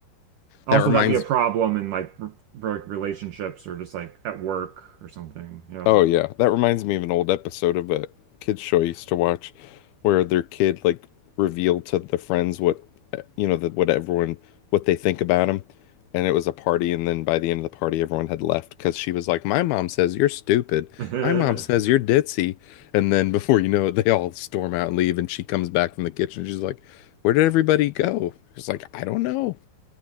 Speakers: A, on the right; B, on the left.
A: Also,
B: reminds
A: that'd be a problem in like r r- like relationships or just like at work or something. Yeah.
B: Oh yeah, that reminds me of an old episode of a kids show I used to watch, where their kid like revealed to the friends what you know that what everyone what they think about him, and it was a party, and then by the end of the party, everyone had left because she was like, "My mom says you're stupid.
A: <laughs>
B: My mom <laughs> says you're ditzy," and then before you know it, they all storm out and leave, and she comes back from the kitchen. She's like, "Where did everybody go?" She's like, "I don't know."